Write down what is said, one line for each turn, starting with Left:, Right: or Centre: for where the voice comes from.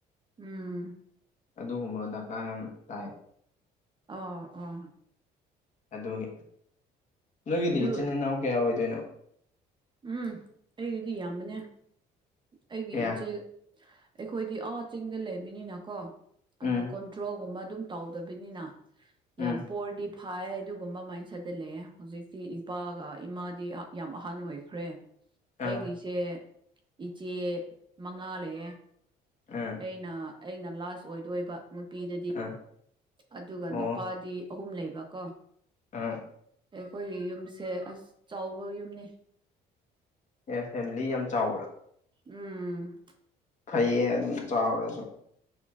Right: ꯎꯝ
Left: ꯑꯗꯨꯒꯨꯝꯕ ꯗꯔꯀꯥꯔ ꯌꯥꯝ ꯇꯥꯏ
Right: ꯑꯣ ꯑꯣ
Left: ꯑꯗꯨꯒꯤ ꯅꯣꯏꯒꯤꯗꯤ
Right: ꯑꯗꯨ
Left: ꯏꯆꯤꯟ ꯏꯅꯥꯎ ꯀꯌꯥ ꯑꯣꯏꯗꯣꯏꯅꯣ
Right: ꯎꯝ ꯑꯩꯗꯤꯗꯤ ꯌꯥꯝꯕꯅꯦ ꯑꯩꯒꯤ
Left: ꯀꯌꯥ
Right: ꯏꯆꯦ ꯑꯩꯈꯣꯏꯗꯤ ꯑꯥ ꯆꯤꯡꯗ ꯂꯩꯕꯅꯤꯅ ꯀꯣ ꯑꯗꯨ
Left: ꯎꯝ
Right: ꯀꯣꯟꯇ꯭ꯔꯣꯒꯨꯝꯕ ꯑꯗꯨꯝ ꯇꯧꯗꯕꯅꯤꯅ
Left: ꯎꯝ
Right: ꯌꯥꯝ ꯄꯣꯔꯗꯤ ꯐꯥꯏ ꯑꯗꯨꯒꯨꯝꯕ ꯃꯥꯏꯅ ꯆꯠꯗꯂꯑꯦ ꯍꯧꯖꯤꯛꯇꯤ ꯏꯄꯥꯒ ꯏꯃꯥꯗꯤ ꯌꯥꯝ ꯑꯍꯥꯟ ꯑꯣꯏꯈ꯭ꯔꯦ ꯑꯩꯒꯤꯁꯦ
Left: ꯑꯥ
Right: ꯏꯆꯦ ꯃꯉꯥ ꯂꯩꯌꯦꯦ
Left: ꯎ
Right: ꯑꯩꯅ ꯑꯩꯅ ꯂꯥꯁ ꯑꯣꯏꯗꯣꯏꯕ ꯅꯨꯄꯤꯗꯗꯤ
Left: ꯑꯥ
Right: ꯑꯗꯨꯒ
Left: ꯑꯣ
Right: ꯅꯨꯄꯥꯗꯤ ꯑꯍꯨꯝ ꯂꯩꯕꯀꯣ
Left: ꯎ
Right: ꯑꯩꯈꯣꯏꯒꯤ ꯌꯨꯝꯁꯦ ꯑꯁ ꯆꯥꯎꯕ ꯌꯨꯝꯅꯤ
Left: ꯑꯦ ꯐꯦꯃꯤꯂꯤ ꯌꯥꯝ ꯆꯥꯎꯕ꯭ꯔꯥ
Right: ꯎꯝ
Left: ꯐꯩꯌꯦ ꯑꯗꯨꯝ ꯆꯥꯎꯔꯁꯨ